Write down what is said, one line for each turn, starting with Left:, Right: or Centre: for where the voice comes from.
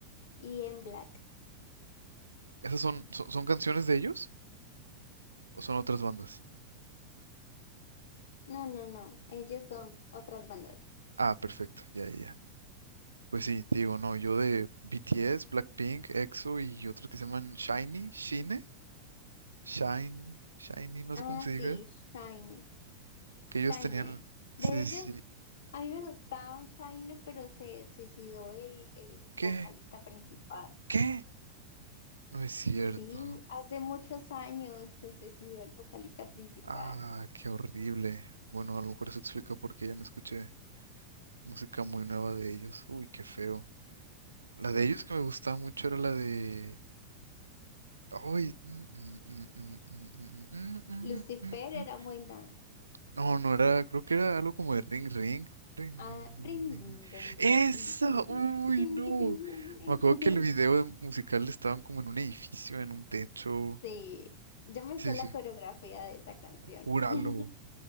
Left: y M Black.
Right: ¿Esas son, son, son canciones de ellos o son otras bandas?
Left: No, no, no, ellos son otras bandas.
Right: Ah, perfecto, ya, ya, ya. Pues sí, te digo, no, yo de BTS, Blackpink, EXO y otros que se llaman Shiny, Shine, Shine, Shiny, no
Left: Ah,
Right: sé cómo se diga,
Left: sí, Shine,
Right: que
Left: Shine.
Right: ellos tenían...
Left: De
Right: Sí,
Left: ellos,
Right: sí, sí.
Left: a mí me gustaban Shine, pero se suicidó el, el vocalista
Right: ¿Qué?
Left: principal.
Right: ¿Qué? No es cierto.
Left: Sí, hace muchos años se suicidó el vocalista principal.
Right: Ah, qué horrible. Bueno, a lo mejor eso explica
Left: Sí,
Right: por qué ya no escuché música muy nueva de ellos. Uy, qué feo. La
Left: sí.
Right: de ellos que me gustaba mucho era la de... Ay, mm, mm, mm, mm, mm, mm, mm, mm,
Left: Lucifer
Right: mm,
Left: era
Right: mm.
Left: buena.
Right: No, no era, creo que era algo como de ring ring. Ring,
Left: Ah,
Right: ding, dong,
Left: rin,
Right: ding,
Left: din,
Right: ding.
Left: don,
Right: ¡Eso!
Left: rin, din, don, rin,
Right: ¡Uy,
Left: tiquitín,
Right: no!
Left: tiquitín, din, din.
Right: Me acuerdo
Left: <laughs>
Right: que el video de- musical estaban como en un edificio, en un techo.
Left: Sí, yo me
Right: Sí,
Left: sé la
Right: sí,
Left: coreografía de esa canción.
Right: júralo.
Left: <laughs>